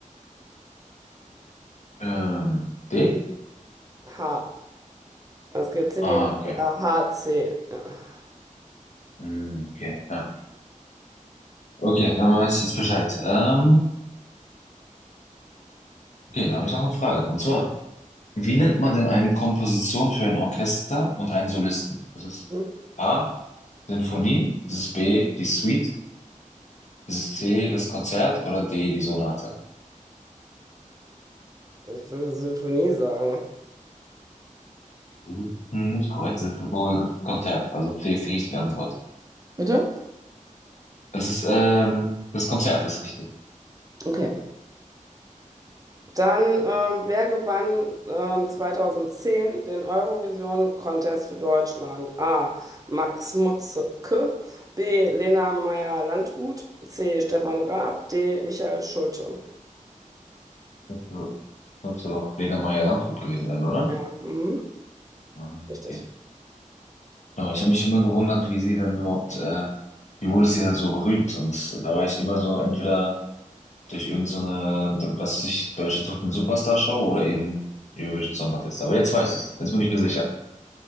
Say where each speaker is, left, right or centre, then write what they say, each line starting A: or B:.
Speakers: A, on the left (about 60°); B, on the right (about 25°).
A: Ähm, D?
B: H. Was geht C,
A: Ah,
B: D, F,
A: okay.
B: A, H, C? Ja.
A: Hm, Okay, ja. Okay, dann weiß ich jetzt Bescheid. Ähm, okay, da habe ich noch eine Frage. Und zwar, wie nennt man denn eine Komposition für ein Orchester und einen Solisten? Das ist
B: Hm?
A: A, Sinfonie, das ist B, die Suite, das ist C, das Konzert oder D, die Sonate?
B: Ich würde Sinfonie sagen.
A: Das ist nicht korrekt, das ist wohl das Konzert. Also C ist die richtige Antwort.
B: Bitte?
A: Das ist, ähm, das Konzert ist richtig.
B: Okay. Dann, ähm, wer gewann ähm, 2010 den Eurovision Contest für Deutschland? A. Max Mutzke, B. Lena Meyer-Landrut, C. Stefan Raab, D. Michael Schulte.
A: So- Sollte doch Lena Meyer-Landrut gewesen sein, oder?
B: Ja, mhm.
A: Ah,
B: Richtig.
A: Okay. Aber ich habe mich immer gewundert, wie sie dann überhaupt, äh, wie wurde sie dann so berühmt? Und da war ich immer so entweder durch irgend so eine, was weiß ich, Deutsche Sucht den Superstar Show oder eben Eurovision Song Contest. Aber jetzt weiß ich's. Jetzt bin ich mir sicher.